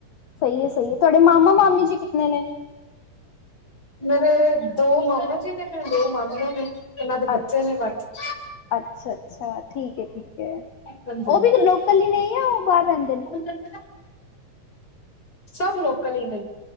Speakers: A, on the left; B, on the left.
A: ਸਹੀ ਏ, ਸਹੀ ਏ, ਤੁਹਾਡੇ ਮਾਮਾ-ਮਾਮੀ ਜੀ ਕਿਤਨੇ ਨੇ?
B: ਮੇਰੇ ਦੋ ਮਾਮਾ ਜੀ ਨੇ, ਦੋ ਮਾਮੀਆਂ ਨੇ। ਇਹਨਾਂ ਦੇ ਬੱਚੇ
A: ਅੱਛ
B: ਨੇ, ਬਾਕੀ।
A: ਅੱਛਾ ਅੱਛਾ, ਠੀਕ ਏ, ਠੀਕ ਏ,
B: ਹਾਂਜੀ
A: ਉਹ ਵੀ ਲੋਕਲ ਈ ਨੇ, ਯਾ ਉਹ ਬਾਹਰ ਰਹਿੰਦੇਨ?
B: ਹਾਂਜੀ ਸਭ ਲੋਕਲ ਈ ਨੇ।